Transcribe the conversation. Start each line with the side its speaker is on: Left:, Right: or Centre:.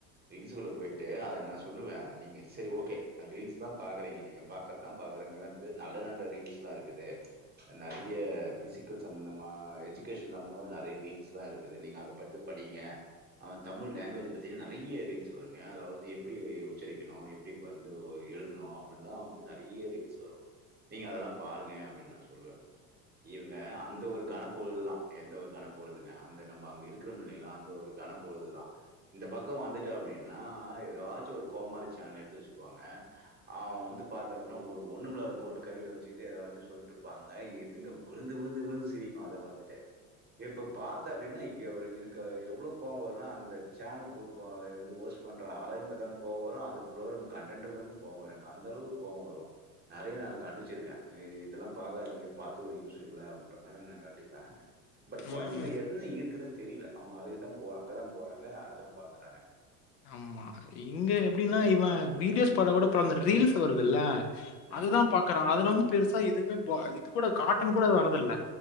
Right: ரீல்ஸ்க்குள்ள போயிட்டு அத நா சொல்லுவ நீங்க சரி ஓகே அ ரீல்ஸ் தா பாக்கறீங்க நீங்க பாக்கற்தா பாக்கறீங் ங்க வந்து நல்ல நல்ல ரீல்ஸ்லா இருக்குது. அ நெறைய பிசிக் க்கு சம்பந்தமா எஜுகேஷன் சம்பந்தமா நெறைய ரீல்ஸ்லா இருக்குது நீங்க அத பட்த படிங்க அவன் தமிழ் லாங்குவேஜ் பத்தின நெறைய ரீல்ஸ் வருங் ஏ அதாவது எப்டி உச்சரிக்கணு எப்டி பந்து ஒ எழுதணு அப்படின்லா வந்து நெறைய ரீல்ஸ் வரு நீங்க அதெல்லா பாருங்க அப்படின்னு நா சொல்லுவ இவங்க அந்த ஒரு கனப்பொழுதுதா எந்த ஒரு கனப் பொழுதுங்க அந்த நம்ப அங்க இருக்கிறோம் இல்லைங்களா அந்த ஒரு கனப்பொழுதுதா இந்த பக்கொ வந்துட்ட அப்டின் னா எதாச்சு ஒரு கோமாளி சேனல்ல எடுத்து வச்சுக்குவாங்க அவ வந்து பாத்த அப் டினா ஒரு ஒன்னு வில்லாத பொருள் கையில வச்சுக்ட்டு எதாச்சு சொல்ட்டுருப்பாங்க இதுங்க விழுந்து விழுந்து விழுந்து சிரிக்கு அத பாத்துட்டு இப்ப பாத்த அப்டின்னா எவு எனக்கு அது எவ்ளோ கோவோ வருனா அந்த சேனல் பொ ப வந்து ஒச் பண்ற ஆளையு பாத்தாலு கோவொ வரும் அந்த புரோக்கிராம் கண்டென்ட்க்கு வந்து கோவொ வரு என்க்கு அந்தளவுக் கோவொ வரு நெறைய நா கண்டிச்சிருக்கே இ இதெல்லாம் பாக்காதீங்க பாத் து ஒரு யூஸ் இல்ல அப்டின்ற மாதி நா கண்டிப்பே பட் கொழந்தைங்க
Left: ம்
Right: என்ன ஈர்க்குது தெரியல அவங்க அதுக்குதா போறாங் அங்கதா போறாங்க அதுதா பாக்குறாங்க.
Left: ஆமா இங்க எப்படின்னா இவன் வீடியோஸ் பாத்தா கூட பரவா இந்த ரீல்ஸ் வருதுல்ல. அதுதா
Right: ஆமா.
Left: பாக்குறான் அதுல வந்து பெருசா எதுவுமே ப இது கூட கார்ட்டுன் கூட அது வரதில்ல.